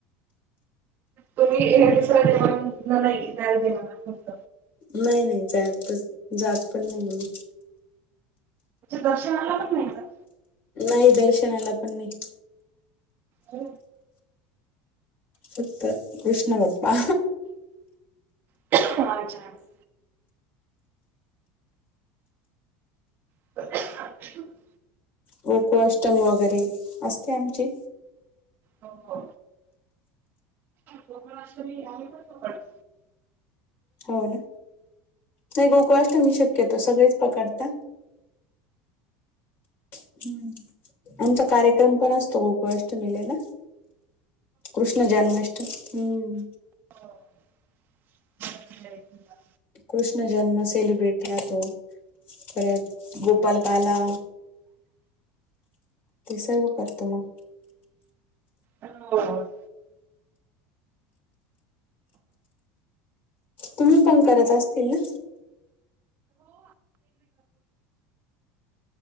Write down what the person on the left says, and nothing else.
नाही नाही जातच जात पण नाही म्ह
नाही दर्शनाला पण नाही?
फक्त विष्णू बाप्पा.
गोकुळ अष्टमी वगैरे असते आमची
हो ना नाही गोकुळआष्टमी शक्यतो सगळेच पकता हम्म! आमचा कार्यक्रम पण असतो गोकुळाष्टमेलेला कृष्ण जन्माष्टमी हम्म
कृष्ण जन्म सेलिब्रेट राहतो परत गोपालकाला ते सर्व करतो मग
तुम्ही पण करत असतील ना.